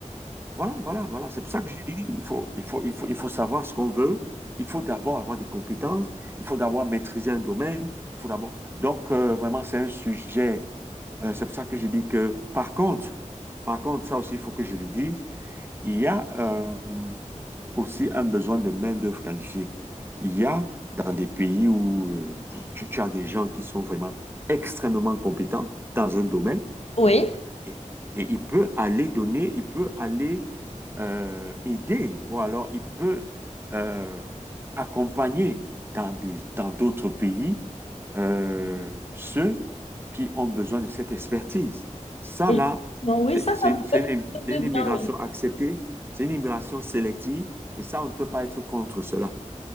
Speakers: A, on the right; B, on the left.
A: Voilà, voilà, voilà. C'est pour ça que je dis, il faut, il faut, il faut, il faut savoir ce qu'on veut. Il faut d'abord avoir des compétences. Il faut d'abord maîtriser un domaine. Il faut d'abord. Donc, euh, vraiment, c'est un sujet. euh, c'est pour ça que je dis que, par contre, par contre, ça aussi, il faut que je le dise. Il y a, euh, aussi un besoin de main-d'œuvre qualifiée. Il y a dans des pays où euh, tu, tu as des gens qui sont vraiment extrêmement compétents dans un domaine
B: Oui.
A: et, et il peut aller donner, il peut aller euh, aider ou alors il peut euh, accompagner dans des, dans d'autres pays euh, ceux qui ont besoin de cette expertise. Ça,
B: Et-
A: là,
B: non, oui,
A: c'est
B: ça,
A: c'est
B: ça peut
A: une, c'est une-
B: être de
A: une immigration
B: bien, oui.
A: acceptée, c'est une immigration sélective, et ça, on ne peut pas être contre cela.